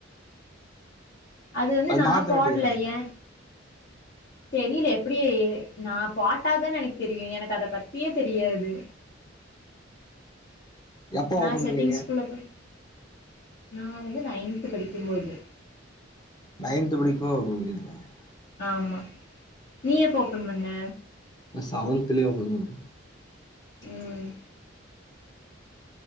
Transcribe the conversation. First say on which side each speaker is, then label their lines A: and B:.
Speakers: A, on the left (about 55°); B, on the left (about 20°).
A: அது வந்து நா
B: மாத்த
A: போடல
B: வேண்டியதான
A: ஏ தெரியல எப்படி நா போட்டாதானே எனக்கு தெரியு எனக்கு அத பத்தியே தெரியாது
B: எப்ப
A: நா
B: ஓபன்
A: செட்டிங்ஸ்குள்ள
B: பண்ணீங்க
A: போய் நா வந்து நைன்த்படிக்கும்போது
B: நைன்த் படிக்கும்போது <unintelligible>
A: ஆமா நீ எப்ப ஓப்பன் பண்ண
B: நா சவந்துலயே ஓபன் பண்ட்டே
A: ம்